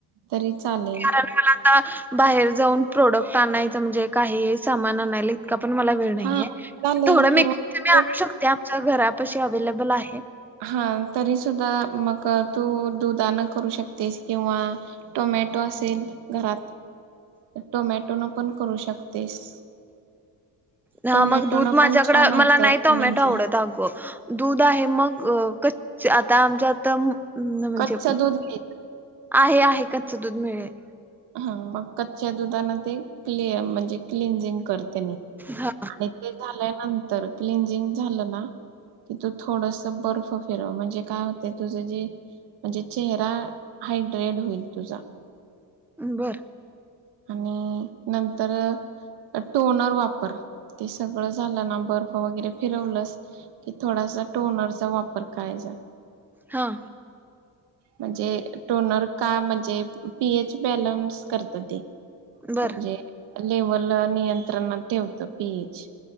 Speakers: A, on the right; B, in the centre.
A: तरी चालेल
B: कारण मला आता बाहेर जाऊन प्रोडक्ट आणायच म्हणजे काही सामान आणायला ण मला वेळ नाहीे
A: हा चालेल
B: थोडा
A: किंवा
B: मेकअप मी आणू शकते आमच्या घरापाशी अवेलेबल आहे
A: हा तरी सुुद्धा मग तू दुधानं करू शकतेस किंवा टोमॅटो असेल घरात टोमॅटो न पण करू शकतेस
B: हा
A: टोमॅटोनं
B: मग दूध माझ्याकड
A: पण छान होतं
B: मला नाहीत टोमॅटो
A: क्लिंजिंग
B: आवडत अगं दूध आहे मग अ कच्च आता आमच्यात मणजे
A: कच्च दूध घे
B: आहे आहे कच्चं दूध मिळेल
A: हा मग कच्च्या दुधाना ते क्ले म्हणजे क्लिनजिंग करते म
B: हा
A: आणि ते झाल्यानंतर क्लंजिंग झालं ना की तू थोडस बर्फ फिरव म्हणजे काय होते तुझं जे म्हणजे चेहरा हायड्रेड होईल तुझा
B: बरं
A: आणि नंतर टोनर वापर ते सगळं झालं ना बर्फ वगैरे फिरवलंस कि थोडासा टोनरचा वापर करायचा
B: हां
A: म्हणजे टोनर का म्हणजे पीएच बॅलन्स करत ते
B: बर
A: म्हणजे लेवल नियंत्रणात ठेवत पीएच